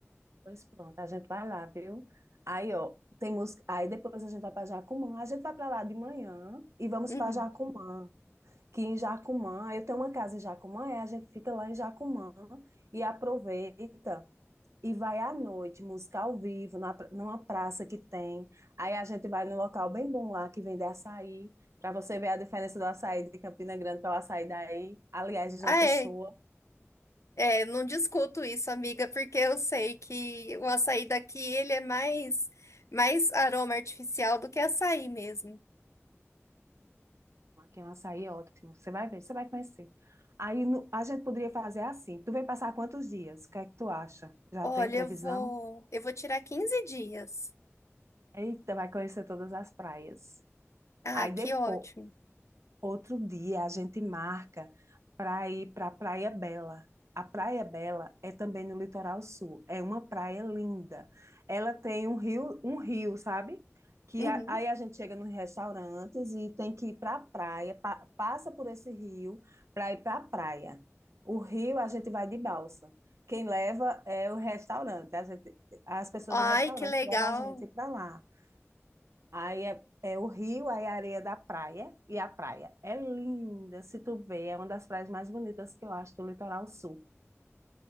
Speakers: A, on the right; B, on the left.
A: Pois pronto, a gente vai lá, viu? Aí, ó, tem música. Aí depois a gente vai para Jacumã. A gente vai para lá de manhã e vamos
B: Uhum.
A: para Jacumã. Que em Jacumã, eu tenho uma casa em Jacumã, e a gente fica lá em Jacumã e aproveita. E vai à noite, música ao vivo, na, pra- numa praça que tem. Aí a gente vai num local bem bom lá que vende açaí, para você ver a diferença do açaí de Campina Grande para o açaí daí. Aliás, de João
B: Ah,
A: Pessoa.
B: é. É, não discuto isso, amiga, porque eu sei que o açaí daqui, ele é mais, mais aroma artificial do que açaí mesmo.
A: Aqui é um açaí ótimo. Você vai ver, você vai conhecer. Aí no- a gente poderia fazer assim. Tu vem passar quantos dias? O que é que tu acha? Já
B: Olha,
A: tem previsão?
B: eu vou, eu vou tirar 15 dias.
A: Eita, vai conhecer todas as praias.
B: Ah,
A: Aí
B: que
A: depois.
B: ótimo.
A: Outro dia a gente marca para ir para a Praia Bela. A Praia Bela é também no litoral sul. É uma praia linda. Ela tem um rio, um rio, sabe? Que
B: Uhum.
A: a- aí a gente chega nos restaurantes e tem que ir para a praia, pa- passa por esse rio para ir para a praia. O rio a gente vai de balsa. Quem leva é o restaurante. A gente- as pessoas
B: Ai,
A: do restaurante
B: que legal.
A: levam a gente para lá. Aí é, é o rio, aí a areia da praia, e a praia é linda, se tu vê, é uma das praias mais bonitas que eu acho do litoral sul,